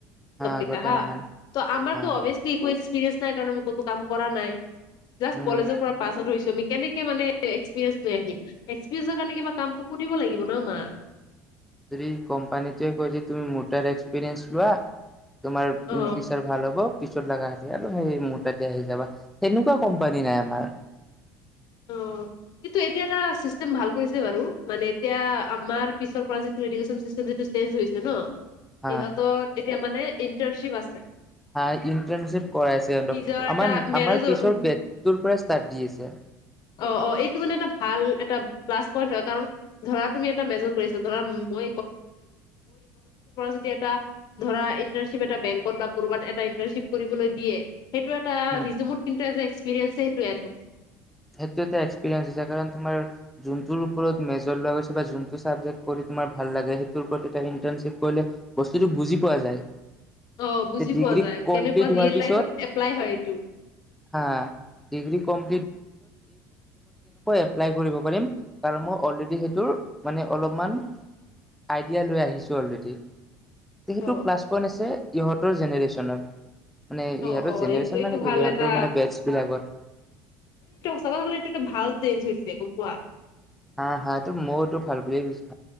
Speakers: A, on the left (about 60°); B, in the centre.
A: চবকেইটা
B: আগতে
A: হা
B: মাহান
A: ত আাৰো
B: হা
A: অভিয়লি ঠিক আছে নাই কাৰণ ম কতো কাম কৰা নাই জাষ্ট
B: উম
A: কলেজৰ পৰা পাছ আউট হৈছো ম কেনেকে মানে এক্সপিৰিয়েঞ্চ লৈ আহিম এক্সপিৰিয়েঞ্চৰ কাৰণে কিবা কামটো কৰিব লাগিব ন মাক
B: য কম্পানীটোে ক তুমি মটাৰ এক্সপিৰিন্ লোৱা তোমাৰ
A: অ
B: ইন ফিউচাৰ ভাল হ'ব পিছত লগা আৰু সেই মোৰ তাতে আহি যাবা তেেনেকুৱা কোম্পানী নাই আমাৰ
A: অ কিন্তু এতিয়া এটা চিষ্টেম ভাল কৰিছে বাৰু মানে এতিয়া আমাৰ পিছৰ পৰা যিটোডেশন চিষ্ট যি হৈছে ন সিহঁত
B: হা
A: এতিয়া মানে ইণ্টাৰশ্বিপ আছে
B: হা ইণ্টাৰ্ণশ্বিপ কৰাইছে সিহতক
A: নিজৰ এটা
B: আমাৰ
A: মেৰজৰ
B: আমাৰ পিছৰ বেৰ পৰা চাত দি আছে
A: অ অ এইটো মানে এটা ভাল এটা প্লাছ পইন্ট হয় কাৰণ ধৰা তুমি এটা মেজ কৰিছা ধৰাই যদি এটা ধৰা ইন্টাৰ্ণশ্বিপ এটা বেংকত বা ক'ৰবাত এটা ইন্টাৰ্ণশ্বিপ কৰিবলৈ দিয়ে সেইটো এটা
B: উম
A: ৰিজুমত কিন্তু এজ এ এক্সপিৰিয়েঞ্চ সেইটো এড হ'ব।
B: সেইটো এটা এক্সপিৰিয়েঞ্চ হৈছে কাৰণ তোমাৰ যোনটোৰ ওপৰত মেজৰ লোৱা গৈ হৈছে বা যোনটো ছাবজেক্ট কৰি তোমাৰ ভাল ভাল লাগে সেইটোৰ ওপৰত এতিটা ইণ্টাৰ্ণশ্বিপ কৰিলে বস্তুতটো বুজি পোৱা যায়
A: অ বুজি
B: যে ডিগ্ৰী
A: পোৱা যায়
B: কমপ্লিট
A: কেনেকুৱা
B: হোৱাৰ
A: ৰিয়েল
B: পিছত
A: লাইফত এপ্লাই হয় এইটো
B: হা ডিগ্ৰী কম এপ্লাই কৰিব পাৰিম কাৰণ মই অলৰেডি সেইটোৰ মানে অলপমান আইডিয়া লৈ আহিছোঁ অলৰেডি সেইটো
A: অ',
B: প্লাছ পইণ্ট আছে ইহঁতৰ জেনেৰেশ্যনত মানে
A: অ',
B: ইহঁতৰ
A: অ',
B: জেনেৰেশ্যন
A: এইটো এইটো
B: মানে কি
A: ভাল
B: ইহঁতৰ
A: এটা
B: মানে বেটছ বিলাকত
A: চ গলে এইটোটা ভাল চেঞ্জ হৈছে গম পোৱা
B: হা হা তটো মইওতো ভাল বুলে কুজছো